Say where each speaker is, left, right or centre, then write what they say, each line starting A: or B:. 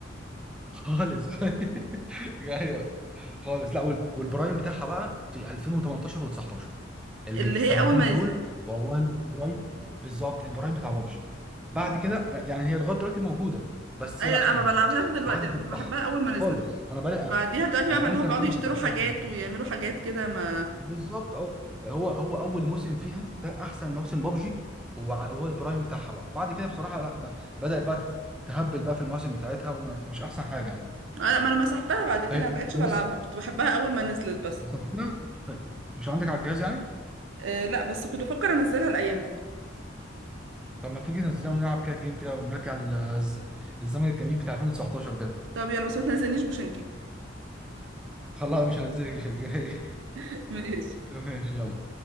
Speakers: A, in the centre; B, on the right.
A: خالص <laughs> ايوه خالص لا وال- والبرايم بتاعها بقى في 2018 و19 اللي
B: اللي
A: السنتين
B: هي اول ما
A: دول
B: نزلت
A: والله البرايم بالظبط البرايم بتاع بابجي بعد
B: اه
A: كده آه، يعني هي لغايه دلوقتي موجوده بس
B: ايوه
A: لا
B: انا
A: ما
B: ما بلعبهاش دلوقتي
A: ما حدش
B: انا
A: بيفتحها
B: كنت بحبها اول ما نزلت
A: خالص انا بقالي آه،
B: بعديها دلوقتي
A: انا
B: بقى
A: بقالي
B: اللي
A: سنتين
B: هو بيقعدوا
A: ما
B: يشتروا
A: بفتحهاش
B: حاجات
A: والله
B: ويعملوا حاجات كده ما
A: بالظبط اه هو هو اول موسم فيها ده احسن موسم بابجي وع- وهو البرايم بتاعها بقى بعد كده بصراحه لا ب- بدات بقى تت- تهبل بقى في المواسم بتاعتها ومش احسن حاجه يعني
B: انا ما انا مسحتها بعد كده
A: طيب،
B: ما بقتش
A: كويس.
B: بلعبها كنت بحبها اول ما نزلت بس
A: مسحتها؟ طيب، مش عندك على الجهاز يعني
B: آه لا بس كنت بفكر انزلها الايام دي
A: طب ما تيجي ننزلها ونلعب كده جيم كده ونرجع للز- الزمن الجميل بتاع 2019 كده
B: طب يلا بس ما تنزلنيش بوشنكي
A: خلاص مش هنزلك مش هنزلك.
B: <laughs> ماشي
A: <laughs> ماشي يلا